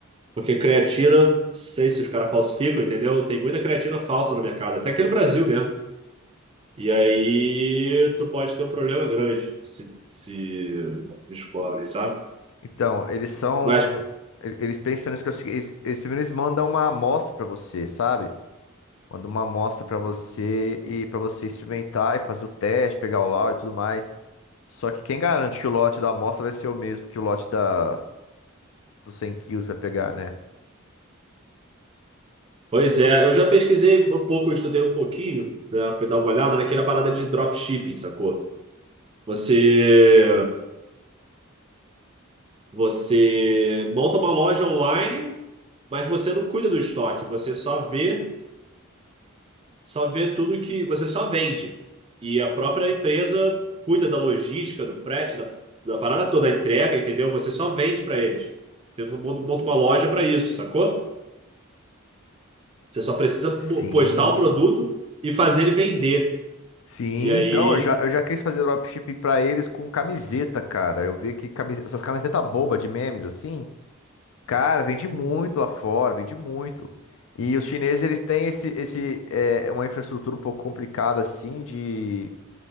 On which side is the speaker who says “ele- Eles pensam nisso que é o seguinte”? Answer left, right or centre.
Left